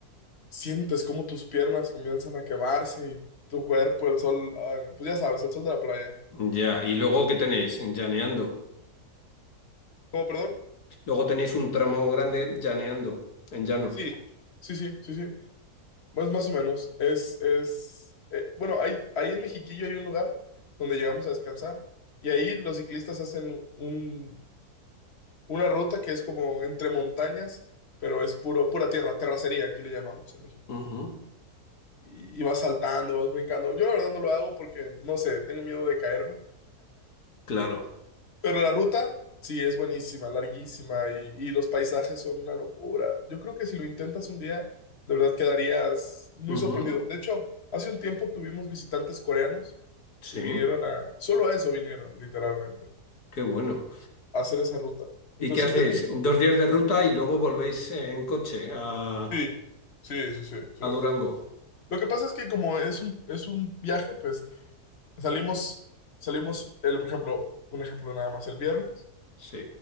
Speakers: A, on the left; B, on the left.
A: sientes como tus piernas comienzan a quemarse y tu cuerpo, el sol, ay, no, pues ya sabes, el sol de la playa.
B: Ya. ¿Y luego qué tenéis? Llaneando.
A: ¿Cómo, perdón?
B: Luego tenéis un tramo grande llaneando, en llano.
A: Sí, sí, sí, sí, sí. Más, más o menos. Es, es, eh, bueno, hay, ahí en Mexiquillo hay un lugar donde llegamos a descansar y ahí los ciclistas hacen un, una ruta que es como entre montañas, pero es puro, pura tierra, terracería, aquí le llamamos en México.
B: Ujú,
A: Y, y vas saltando, vas brincando. Yo la verdad no lo hago porque, no sé, tengo miedo de caerme.
B: Claro.
A: Pero la ruta, sí, es buenísima, larguísima y, y los paisajes son una locura. Yo creo que si lo intentas un día, de verdad quedarías muy
B: Ujú,
A: sorprendido. De hecho, hace un tiempo tuvimos visitantes coreanos que
B: Sí.
A: vinieron a... Solo a eso vinieron, literalmente,
B: Qué bueno.
A: a hacer esa ruta.
B: ¿Y
A: Entonces,
B: qué hacéis?
A: si un día te interesa...
B: Dos días de ruta y luego volvéis en coche a,
A: Sí, sí, sí, sí, sí.
B: a Durango.
A: Lo que pasa es que como es un, es un viaje, pues salimos, salimos, el, por ejemplo, un ejemplo nada más, el viernes.
B: Sí.